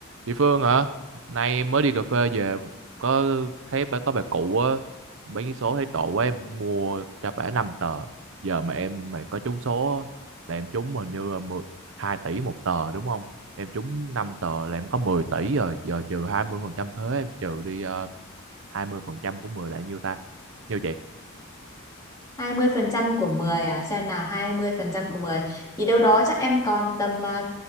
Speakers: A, on the right; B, on the left.
A: Chị Phương hả? Nay em mới đi cà phê về có thấy bà, có bà cụ á mấy cái số thấy tội quá em mua cho bả 5 tờ. Giờ mà em mày có trúng số á, là em trúng hình như là mười hai tỷ một tờ đúng không? Em trúng 5 tờ là em có 10 tỷ rồi, giờ trừ 20% thuế em trừ đi ờ, 20% của 10 là nhiêu ta? Nhiêu chị?
B: hai mươi phần trăm của 10 à? Xem nào 20% của 10 thì đâu đó chắc em còn tầm à,